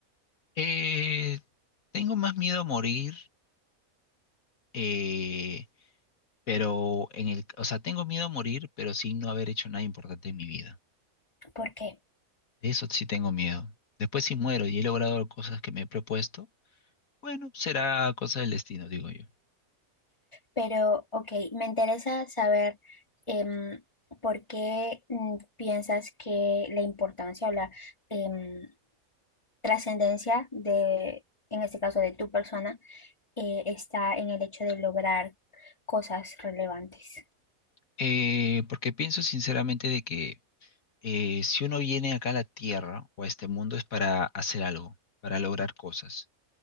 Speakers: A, on the left; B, on the left.
A: Eh, tengo más miedo a morir, eh, pero en el, o sea, tengo miedo a morir, pero sin no haber hecho nada importante en mi vida.
B: ¿Por qué?
A: De eso sí tengo miedo. Después si muero y he logrado cosas que me he propuesto, bueno, será cosa del destino, digo yo.
B: Pero, ok, me interesa saber em, por qué mm, piensas que la importancia o la em, trascendencia de, en este caso, de tu persona, eh, está en el hecho de lograr cosas relevantes.
A: Eh, porque pienso sinceramente de que eh, si uno viene acá a la Tierra o a este mundo es para hacer algo, para lograr cosas.